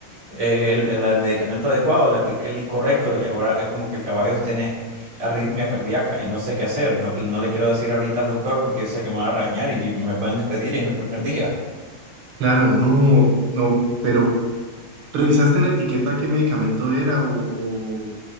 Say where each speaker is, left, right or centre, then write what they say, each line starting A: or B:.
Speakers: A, on the right; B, on the right.
A: eh, el, el medicamento adecuado, le apliqué el incorrecto y ahora es como que el caballo tiene arritmia cardíaca y no sé qué hacer. No, no le quiero decir ahorita al doctor porque sé que me va a regañar y me pueden despedir y es mi primer día.
B: claro, no, no, pero ¿revisaste en la etiqueta qué medicamento era o,